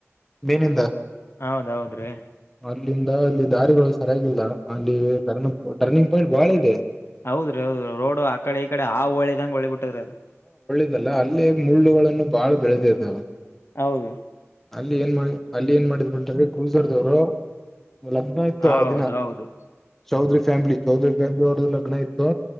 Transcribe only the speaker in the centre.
ಮೇನಿಂದ
ಇಲ್ಲಿಂದ ಅಲ್ಲಿ ದಾರಿಗಳು ಸರಿಯಾಗಿಲ್ಲ ಅಲ್ಲಿ ಟರ್ಿ ಟರ್ನಿಂಗ್ ಪಾಯಿಂಟ್ ಬಹಳ ಇದೆ
ಲ್ಲ ಅಲ್ಲೇ ಮುಳ್ಳುಗಳನ್ನು ಬಾಳ ಬೆಳೆದಿರ್ದಾವ
ಅಲ್ಲಿ ಏನ್ ಮಾಡಿ ಅಲ್ಲಿ ಏನ್ ಮಾಡಿದ್ ಬಿಟ್ರೆ ಕೂಜರ್ದವ್ರು. ಲಕ್ನ ಇತ್ತುೋ
ದಿನ ಚೌಧರಿ ಫ್ಯಾಮಿಲಿ ಚೌಧರಿ ಫ್ಯಾಮ್ಲಿ ಅವ್ರದ ಲಗ್ನ ಇತ್ತು